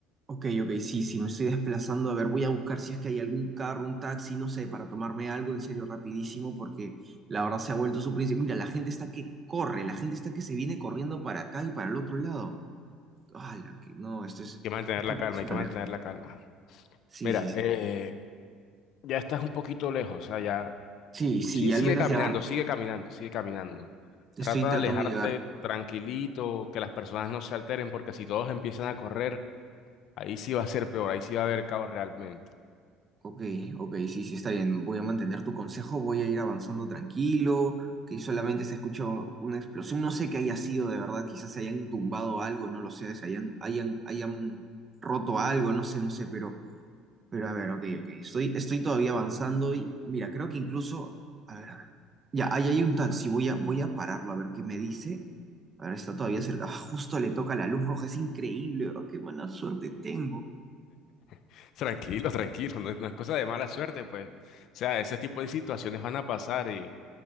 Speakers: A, on the right; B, on the left.
A: Ok, ok, sí, sí, me estoy desplazando. A ver, voy a buscar si es que hay algún carro, un taxi, no sé, para tomarme algo en serio rapidísimo, porque la verdad se ha vuelto su príncipe. Mira, la gente está que corre, la gente está que se viene corriendo para acá y para el otro lado. ¡Hala! Que no, esto es,
B: que mantener
A: esto
B: la
A: parece
B: calma, hay
A: una
B: que mantener
A: guerra.
B: la calma.
A: Sí,
B: Mira,
A: sí, sí.
B: eh, ya estás un poquito lejos, o sea ya
A: Sí, sí,
B: Sí,
A: ya
B: sigue
A: al menos
B: caminando,
A: ya
B: sigue caminando, sigue caminando. Trata
A: estoy tratando
B: de alejarte
A: de llegar.
B: tranquilito, que las personas no se alteren, porque si todos empiezan a correr, ahí sí va a ser peor, ahí sí va a haber caos realmente.
A: Ok, ok, sí, sí, está bien. Voy a mantener tu consejo, voy a ir avanzando tranquilo, que solamente se escuchó una explosión. No sé qué haya sido de verdad, quizás se hayan tumbado algo, no lo sé, se hayan, hayan, hayan roto algo, no sé, no sé, pero, pero a ver, ok, ok. Estoy, estoy todavía avanzando y mira, creo que incluso, a ver, a ver. Ya, ahí hay un taxi, voy a, voy a pararlo a ver qué me dice. A ver, está todavía cerca. Ah, justo le toca la luz roja, es increíble, ¿verdad? Qué mala suerte tengo.
B: <laughs> Tranquilo, tranquilo, no, es no es cosa de mala suerte, pues. O sea, ese tipo de situaciones van a pasar y